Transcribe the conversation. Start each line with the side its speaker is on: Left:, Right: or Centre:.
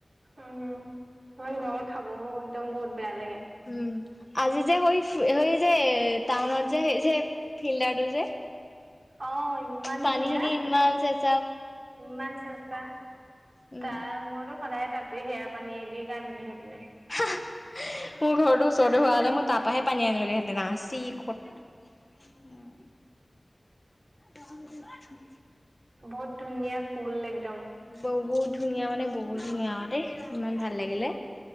Right: উম, ইমান গৰমত খাবও একদম বহুত বেয়া লাগে।
Left: উম আজি যে হৈ ফি সেই যে টাউনত যে সেই যে ফিল্ডাৰটো যে
Right: অ ইমান
Left: পানীখিনি
Right: ধুনীয়া
Left: ইমান চেচ
Right: ইমান চেচা,
Left: উম
Right: তা মইতো সদায়ে তাত ত সেয়া পানীয়ে এদিয়ে গা ধুলিহেতেনে।
Left: হা হা মোৰ ঘৰটোৰ ওচৰতে
Right: অ',
Left: হোৱা হলে মই তাৰ পৰাহে পানী আনিলোগেহেঁতেন চি ক'ত। উম। <unintelligible>
Right: বহুত ধুনীয়া কুল লাগি।
Left: বহুত ধুনীয়া মানে বহুত ধুনীয়াতে। ইমান ভাল লাগিলে।